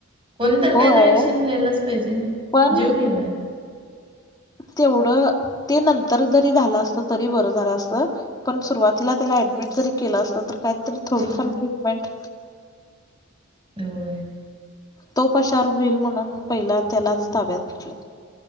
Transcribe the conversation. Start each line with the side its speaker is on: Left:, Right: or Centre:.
Right: कोणीतर
Left: होय
Right: काहीतरी ऍक्शन घ्यायलाच पाहिजे ना?
Left: पण
Right: जीव गेलाय.
Left: तेवढं ते नंतर जरी झालं असत तरी बरं झालं असत. पण सुरुवातीला त्याला ऍडमिट जरी केलं असत तर काय तरी थोडीफार
Right: हां,
Left: ट्रीटमेंट
Right: होय.
Left: तो पशार होईल म्हणून पहिला त्यालाच ताब्यात घेतलं,